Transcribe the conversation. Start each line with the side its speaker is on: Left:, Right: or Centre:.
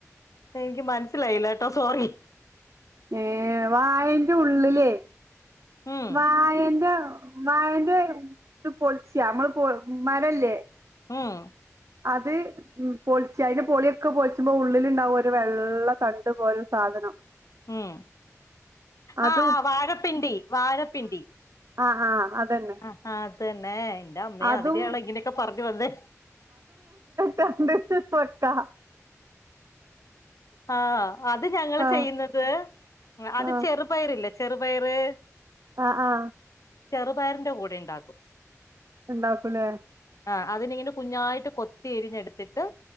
Left: എനിക്ക് മനസ്സിലായില്ല ട്ടോ, സോറി.
Right: ഏ വാഴെന്റെ ഉള്ളിലെ
Left: ഉം
Right: വാഴേന്റ, വാഴേന്റെ ഇത് പൊളിച്ചിയ. നമ്മള് മരല്ലേ,
Left: ഉം.
Right: അത് ഉ പൊളിച്ച് അതിന്റെ പൊളിയൊക്കെ പൊളിച്ചുമ്പോ ഉള്ളിൽ ഉണ്ടാവും ഒരു വെള്ള തണ്ടുപോലെ ഒരു സാധനം.
Left: ഉം
Right: അത്
Left: ആ ആ വാഴപ്പിണ്ടി, വാഴപ്പിണ്ടി.
Right: ആ ആ അതന്നെ.
Left: ആ അതന്നെ. എന്റെ അമ്മെ
Right: അതും
Left: അതിനാള ഇങ്ങനെയൊക്കെ പറഞ്ഞു വന്നേ.
Right: തണ്ട് <unintelligible>
Left: ആഹ് അത് ഞങ്ങൾ
Right: ആഹ്
Left: ചെയ്യുന്നത്, അത്
Right: ആഹ്
Left: ചെറു പയറ്ല്ലെ, ചെറുപയറ്.
Right: ആ ആ.
Left: ചെറുപയറിന്റെ കൂടെ ഉണ്ടാക്കും.
Right: ഇണ്ടാക്കൂലേ.
Left: ആ അതിനിങ്ങനെ കുഞ്ഞായിട്ട് കൊത്തി എരിഞ്ഞെടുത്തിട്ട്